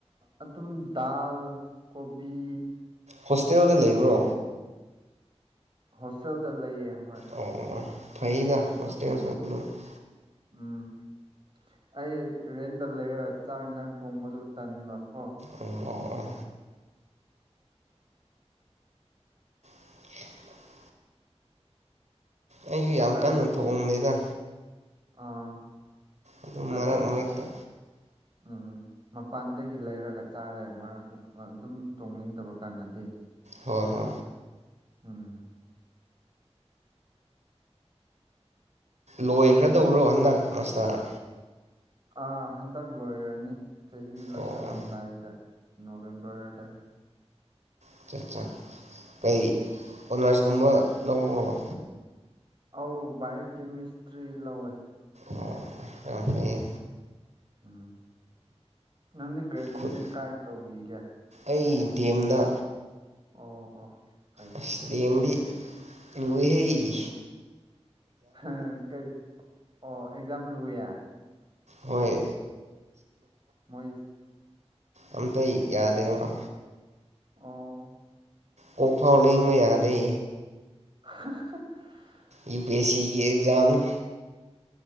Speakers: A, on the right; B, on the right.
A: ꯑꯗꯨꯝ ꯗꯥꯜ ꯀꯣꯕꯤ꯫
B: ꯍꯣꯁꯇꯦꯜꯗ ꯂꯩꯕ꯭ꯔꯣ
A: ꯑꯥ ꯍꯣꯁꯇꯦꯜꯗ ꯂꯩꯌꯦ ꯍꯣꯏ
B: ꯑꯣ ꯐꯩꯗ
A: ꯑꯗꯨꯒꯤꯅꯤ
B: ꯍꯣꯁꯇꯦꯜ <unintelligible>
A: ꯎꯝ ꯑꯩ ꯔꯦꯟꯗ ꯂꯩꯔꯒ ꯆꯥꯛ ꯏꯟꯁꯥꯡ ꯊꯣꯡꯕꯗꯨ ꯇꯟꯕ ꯀꯣ
B: ꯑꯣ
A: ꯑꯗꯨꯒꯤꯅꯤ
B: <inaudible> ꯑꯩꯁꯨ
A: ꯍꯟꯗꯛꯗꯤ
B: ꯌꯥꯝ ꯀꯟꯅ ꯊꯣꯡꯗꯦꯗ
A: ꯑꯥ
B: ꯑꯗꯨꯝ
A: ꯑꯗꯨ
B: ꯃꯔꯛ ꯃꯔꯛꯇ
A: ꯎꯝ ꯎꯝ ꯃꯄꯥꯟꯗꯒꯤ ꯂꯩꯔꯒ ꯆꯥꯔꯦ ꯃꯔꯛ ꯑꯗꯨꯝ ꯇꯣꯡꯅꯤꯡꯗꯕ ꯀꯥꯟꯗꯗꯤ
B: ꯍꯣꯏ ꯍꯣꯏ
A: ꯎꯝ
B: ꯂꯣꯏꯈ꯭ꯔꯗꯧꯕ꯭ꯔꯣ ꯍꯟꯗꯛ ꯃꯥꯁꯇꯔ
A: ꯑ ꯍꯟꯗꯛ ꯂꯣꯏꯔꯅꯤ ꯆꯍꯤ ꯂꯣꯏꯁꯜꯂꯝꯗꯥꯏꯗ
B: ꯑꯣ ꯑꯣ
A: ꯅꯣꯚꯦꯝꯕꯔꯗ
B: ꯑꯆꯥ ꯑꯠꯆꯥ ꯀꯩ ꯑꯣꯅꯔꯁꯒꯨꯝꯕ ꯂꯧꯕꯔꯣ
A: ꯑꯧ ꯕꯥꯏ ꯀꯦꯃꯤꯁꯇ꯭ꯔꯤ ꯂꯧꯋꯦ
B: ꯑꯣ ꯌꯥꯝ ꯐꯩꯌꯦ
A: ꯎꯝ ꯅꯪꯗꯤ ꯒ꯭ꯔꯦꯖꯨꯑꯦꯁꯟ
B: ꯈꯨꯠ
A: ꯀꯥꯏ ꯇꯧꯈꯤꯒꯦ
B: ꯑꯩ ꯗꯤ ꯑꯦꯝꯗ
A: ꯑꯣ ꯑꯣ ꯐꯔꯦ
B: ꯑꯁ
A: ꯐꯔꯦ
B: ꯗꯤ ꯑꯦꯝꯗꯤ ꯂꯨꯋꯦꯍꯦ
A: ꯍ ꯀꯩ ꯑꯣ ꯑꯦꯛꯖꯥꯝ ꯂꯨꯌꯦ
B: ꯍꯣꯏ
A: ꯃꯣꯏ
B: ꯑꯃꯇ ꯌꯥꯗꯦ ꯍꯥꯏꯕ
A: ꯑꯣ
B: ꯀꯣꯛꯐꯥꯎ ꯂꯦꯡꯕ ꯌꯥꯗꯦ
A: <unintelligible>
B: ꯌꯨ ꯄꯤ ꯑꯦꯁ ꯁꯤꯒꯤ ꯑꯦꯛꯖꯥꯝꯅꯦ